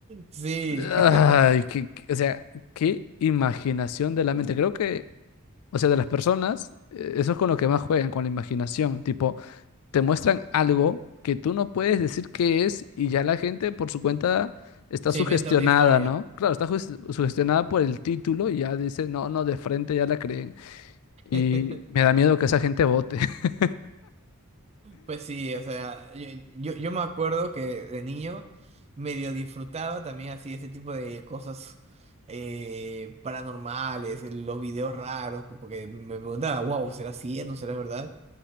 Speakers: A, on the right; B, on the left.
A: Sí,
B: Ay,
A: <laughs>
B: que, qué- o sea, qué imaginación de la mente. Creo que, o sea, de las personas, eh, eso es con lo que más juegan, con la imaginación. Tipo, te muestran algo que tú no puedes decir qué es y ya la gente por su cuenta está
A: se
B: sugestionada,
A: inventa una historia.
B: ¿no? Claro, está sus- sugestionada por el título y ya dice, no, no, de frente ya la creen.
A: <laughs>
B: Y me da miedo que esa gente vote. <laughs>
A: Pues sí, o sea, yo, yo, yo me acuerdo que de niño medio disfrutaba también así ese tipo de cosas eh, paranormales, los videos raros, porque me preguntaba, wow, ¿será cierto? ¿Será verdad?